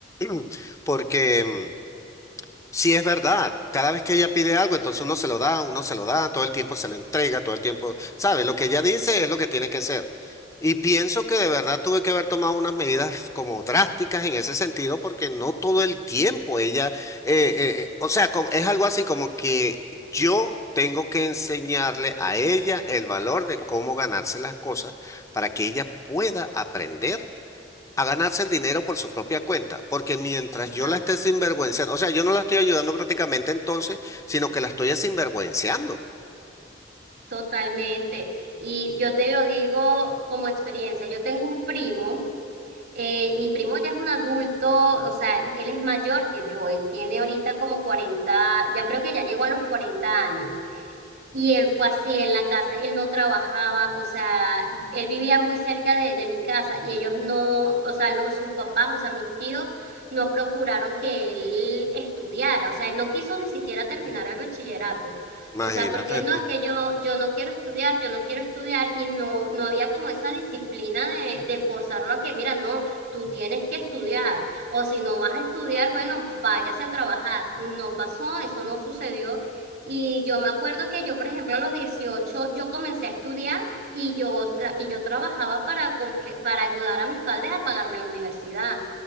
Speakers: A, on the left (about 15°); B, on the right (about 60°).
A: <clears throat> porque mm, Sí, es verdad. Cada vez que ella pide algo, entonces uno se lo da, uno se lo da, todo el tiempo se lo entrega, todo el tiempo, ¿sabe? Lo que ella dice es lo que tiene que ser. Y pienso que de verdad tuve que haber tomado unas medidas como drásticas en ese sentido, porque no todo el tiempo ella, eh, eh, eh, o sea, como- es algo así como que yo tengo que enseñarle a ella el valor de cómo ganarse las cosas para que ella pueda aprender a ganarse el dinero por su propia cuenta, porque mientras
B: Exacto,
A: yo la esté sinvergüenciando, o sea, yo no la estoy ayudando prácticamente entonces, sino que la estoy sinvergüenciando.
B: totalmente. Y yo te lo digo como experiencia, yo tengo un primo. Eh, mi primo ya es un adulto, o sea, él es mayor que yo, él tiene ahorita como 40, ya creo que ya llegó a los 40 años. Y él fue así en la casa, él no trabajaba, o sea, él vivía muy cerca de, de mi casa y ellos no, o sea, los, sus papás, o sea, mis tíos, no procuraron que él estudiara, o sea, él no quiso ni siquiera terminar el bachillerato,
A: Imagínate
B: o sea, porque no,
A: tú.
B: es que yo, yo no quiero estudiar, yo no quiero estudiar y no, no había como esa disciplina de, de forzarlo a que, mira, no, tú tienes que estudiar, o si no vas a estudiar, bueno, váyase a trabajar. No pasó, eso no sucedió. Y yo me acuerdo que yo, por ejemplo, a los 18 yo comencé a estudiar y yo, tra- y yo trabajaba para, comple- para ayudar a mis padres a pagarme la universidad.